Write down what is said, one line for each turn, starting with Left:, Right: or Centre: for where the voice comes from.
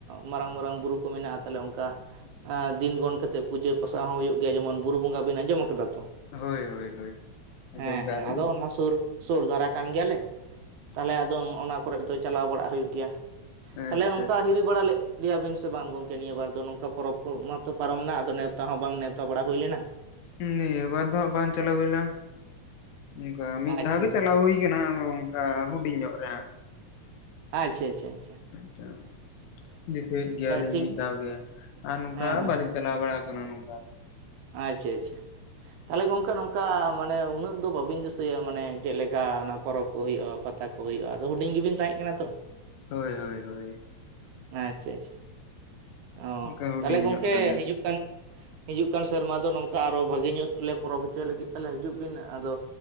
Right: ᱢᱟᱨᱟᱝᱼᱢᱟᱨᱟᱝ ᱵᱩᱨᱩ ᱠᱚ ᱢᱮᱱᱟᱜᱼᱟ, ᱛᱟᱞᱮ ᱚᱝᱠᱟᱼᱼ ᱟ ᱫᱤᱱ ᱜᱚᱱ ᱠᱟᱛᱮᱜ ᱯᱩᱡᱟᱹ ᱯᱟᱥᱟᱜ ᱦᱚᱸ ᱦᱩᱭᱩᱜ ᱜᱮᱭᱟ, ᱡᱮᱢᱚᱱ ᱵᱩᱨᱩ ᱵᱚᱸᱜᱟ ᱵᱤᱱ ᱟᱸᱡᱚᱢ ᱟᱠᱟᱫᱟ ᱛᱚ?
Left: ᱦᱳᱭ ᱦᱳᱭ ᱦᱳᱭ ᱟᱸᱡᱚᱢ
Right: ᱦᱮᱸ
Left: ᱠᱟᱜᱼᱟ
Right: ᱦᱮᱸ
Left: ᱞᱤᱧ
Right: ᱟᱫᱚ ᱚᱱᱟ ᱥᱩᱨ ᱥᱳᱨ ᱫᱷᱟᱨᱟ ᱠᱟᱱ ᱜᱮᱭᱟᱞᱮ ᱛᱟᱞᱦᱮ ᱟᱫᱚ ᱚᱱᱟ ᱠᱚᱨᱮᱜ ᱫᱚ ᱪᱟᱞᱟᱣ ᱵᱟᱲᱟᱜ ᱦᱩᱭᱩᱜ ᱜᱮᱭᱟ ᱾
Left: ᱟᱪᱪᱷᱟ
Right: ᱛᱟᱦᱞᱮ ᱱᱚᱝᱠᱟ ᱦᱤᱨᱤ ᱵᱟᱲᱟ ᱞᱮᱜ ᱞᱮᱭᱟ ᱵᱤᱱ ᱥᱮ ᱵᱟᱝ ᱜᱚᱝᱠᱮ ᱱᱤᱭᱟᱹ ᱵᱟᱨ ᱫᱚ ᱱᱚᱝᱠᱟ ᱯᱚᱨᱚᱵᱽ ᱠᱚ ᱢᱟᱼᱼ ᱛᱚ ᱯᱟᱨᱚᱢᱮᱱᱟ ᱟᱫᱚ ᱱᱮᱣᱛᱟ ᱦᱚᱸ ᱵᱟᱝ ᱱᱮᱣᱛᱟ ᱵᱟᱲᱟ ᱦᱩᱭ ᱞᱮᱱᱟ᱾
Left: ᱱᱤᱸᱭᱟ ᱵᱟᱨ ᱫᱚ ᱦᱟᱸᱜ ᱵᱟᱝ ᱪᱟᱞᱟᱣ ᱦᱩᱭ ᱞᱮᱱᱟ, ᱚᱝᱠᱟ ᱢᱤᱫ
Right: ᱟᱪᱪᱷᱟ
Left: ᱫᱷᱟᱣ ᱜᱮ
Right: ᱟᱪᱪᱷᱟ
Left: ᱪᱟᱞᱟᱣ ᱦᱩᱭ ᱟᱠᱟᱱᱟ ᱟᱫᱚ ᱚᱝ ᱚᱱᱠᱟ ᱦᱩᱰᱤᱧ ᱧᱚᱜ ᱨᱮ ᱦᱟᱸᱜ ᱾
Right: ᱟᱪᱪᱷᱟ ᱟᱪᱪᱷᱟ ᱟᱪᱷᱟ᱾
Left: <unintelligible> ᱫᱤᱥᱟᱹᱭᱮᱫ ᱜᱮᱭᱟᱞᱤᱧ
Right: ᱴᱷᱤᱠ
Left: ᱢᱤᱫ ᱫᱷᱟᱣ ᱜᱮ ᱟᱨ ᱱᱚᱝᱠᱟ
Right: ᱦᱮᱸ ᱦᱮᱸ
Left: ᱵᱟᱹᱞᱤᱧᱼᱼ ᱪᱟᱞᱟᱣ ᱵᱟᱲᱟ ᱠᱟᱱᱟ ᱱᱚᱝᱠᱟ ᱫᱚ᱾
Right: ᱟᱪᱪᱷᱟ ᱟᱪᱪᱷᱟ, ᱛᱟᱦᱚᱞᱮ ᱜᱚᱝᱠᱮ ᱱᱚᱝ ᱠᱟ ᱢᱟᱱᱮ ᱩᱱᱟᱹᱜ ᱫᱚ ᱵᱟᱹᱵᱤᱱ ᱫᱤᱥᱟᱹᱭᱟ ᱢᱟᱱᱮ ᱪᱮᱜ ᱞᱮᱠᱟ ᱚᱱᱟ ᱯᱚᱨᱚᱵᱽ ᱠᱚ ᱦᱩᱭᱩᱜᱼᱟ, ᱯᱟᱛᱟ ᱠ ᱦᱳᱭ! ᱟᱫᱚ ᱦᱩᱰᱤᱧ ᱜᱮᱵᱤᱱ ᱛᱟᱦᱮᱸᱡ ᱠᱟᱱᱟ ᱛᱚ ᱾
Left: ᱦᱳᱭ ᱦᱳᱭ ᱦᱳᱭ᱾
Right: ᱟᱸᱪᱪᱷᱟᱹ ᱟᱪᱪᱷᱟᱹ ᱚᱸ
Left: ᱚᱱᱠᱟ ᱦᱩᱰᱤᱧ
Right: ᱛᱟᱦᱮᱞᱮ ᱜᱚᱝᱠᱮ
Left: ᱧᱚᱜ ᱨᱮᱜᱮ
Right: ᱦᱤᱡᱩᱜ ᱠᱟᱱ ᱦᱤᱡᱩᱜ ᱠᱟᱱ ᱥᱮᱨᱢᱟ ᱫᱚ ᱱᱚᱝᱠᱟ ᱟᱨᱚ ᱵᱷᱟᱹᱜᱤ ᱧᱩᱜ ᱞᱮ ᱯᱚᱨᱚᱵᱽ ᱦᱚᱪᱚᱭ ᱞᱟᱹᱜᱤᱫ, ᱛᱟᱦᱮᱞᱮ ᱦᱤᱡᱩᱜ ᱵᱤᱱ, ᱟᱫᱚ